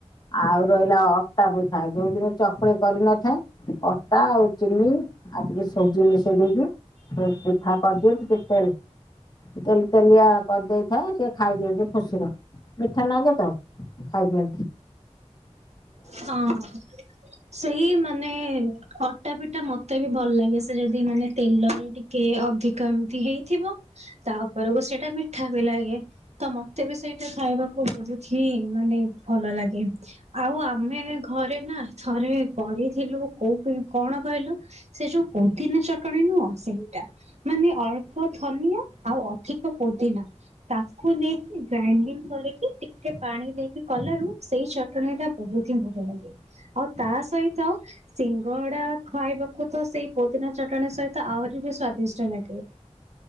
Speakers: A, on the left; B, on the right.
A: ଆଉ ରହିଲା ଅଟା ପିଠା ଯୋଉଦିନ ଚକୁଳି କରିନଥାଏ। ଅଟା ଆଉ ଚିନି ଆଉ ଟିକେ ସୁଜି ମିଶେଇ ଦେଇକି ସେ ପିଠା କରିଦେଏ, ଟିକେ ତେଲ ତେଲ ତେଲିଆ କରିଦେଇଥାଏ ସେ ଖାଇ ଦିଅନ୍ତି ଖୁସିର ମିଠା ନାଗେ ତ। ଆଜ୍ଞା।
B: ହଁ ସେଇ ମାନେ ଅଟା ପିଠା ମତେ ବି ଭଲ ଲାଗେ, ସେ ଯଦି ମାନେ ତେଲରେ ଟିକେ ଅଧିକ ଏମିତି ହେଇଥିବ। ତାପରକୁ ସେଇଟା ମିଠା ବି ଲାଗେ। ତ ମତେ ବି ସେଇଟା ଖାଇବାକୁ ବହୁତ୍ ହିଁ ମାନେ ଭଲ ଲାଗେ। ଆଉ ଆପ ଆମେ ଘରେ ନାଁ ଥରେ କରିଥିଲୁ କୋଉ ପାଇଁ କଣ କହିଲୁ? ସେ ଯୋଉ ପୋଦିନା ଚଟଣିୀ ନୁହଁ ସେଇଟା। ମାନେ ଅଳ୍ପ ଧନିଆ ଆଉ ଅଧିକ ପୋଦିନା ତାକୁ ନେଇକି ଗ୍ରାଇଣ୍ଡିଙ୍ଗ କରିକି ଟିକେ ପାଣି ଦେଇକି କଲାରୁ ସେଇ ଚଟଣି ଟା ବହୁତ୍ ହିଁ ଭଲ ଲାଗେ। ଆଉ ତା ସହିତ ସିଙ୍ଗଡା ଖାଇବାକୁ ତ ସେଇ ପୋଦିନା ଚଟଣି ସହିତ ଆହୁରି ବି ସ୍ଵାଦିଷ୍ଟ ଲାଗେ।